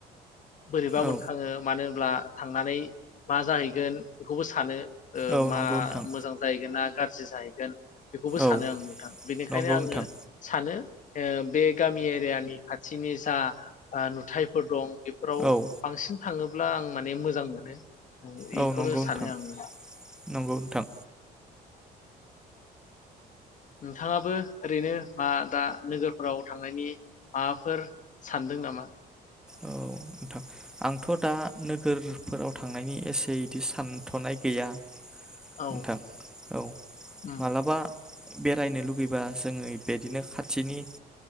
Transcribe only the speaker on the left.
बोरैबा मोनखाङो
मानो ब्ला थांनानै मा जाहैगोन बेखौबो सानो। ओ
मा
मोजां जाहैगोना गारजि जाहैगोन बेखौबो
सानो आं नोंथां, बेनिखायनो
आङो
सानो ओ बे गामि एरियानि खाथिनि जा ओ नुथाइफोर दं। बेफोराव
बांसिन थाङो। अब्ला आं माने मोजां मोनो। ओं
एखौनो
सानो
आङो। <inaudible>
नोंथाङाबो ओरैनो मा दा नोगोरफोराव थांनायनि माबाफोर सानदों नामा?
औ
उम